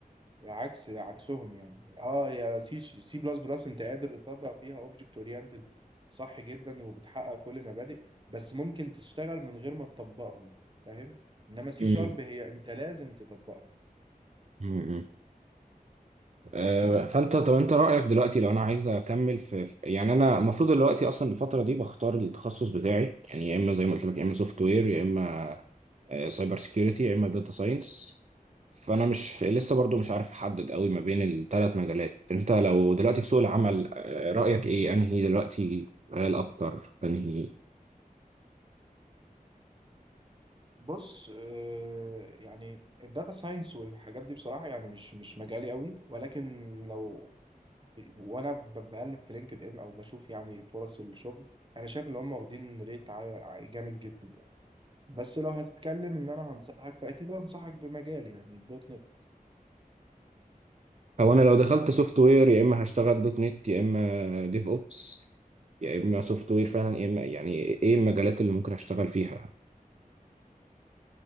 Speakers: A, on the right (about 35°); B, on the right (about 50°).
A: عكس عكسهم يعني اه يا سي سي بلس بلس أنت قادر تطبق فيها أوبجكت أورينتد صح جدا وبتحقق كل المبادئ بس ممكن تشتغل من غير ما تطبقهم فاهم إنما سي
B: أمم،
A: شارب هي أنت لازم تطبقهم
B: أمم. آه، فأنت طب أنت رأيك دلوقتي لو أنا عايز أكمل في في- يعني أنا المفروض دلوقتي أصلا الفترة دي بختار التخصص بتاعي يعني يا إما زي ما قلت لك يا إما سوفت وير يا إما سايبر سيكيورتي يا إما داتا ساينس فأنا مش لسه برضو مش عارف أحدد قوي ما بين الثلاث مجالات أنت لو دلوقتي في سوق العمل آه، رأيك إيه أنهي دلوقتي قال أكتر أنهي
A: بص آه، يعني الداتا ساينس والحاجات دي بصراحة يعني مش مش مجالي قوي ولكن لو ب- وانا ب- بقلب في لينكد ان او بشوف يعني فرص الشغل انا شايف ان هم واخدين ريت عا- عا- جامد جدا بس لو هتتكلم ان انا هنصحك فاكيد هنصحك بمجالي يعني الدوت نت
B: او انا لو دخلت سوفت وير يا اما هشتغل دوت نت يا اما ديف اوبس يا اما سوفت وير فعلا يا اما يعني ايه المجالات اللي ممكن اشتغل فيها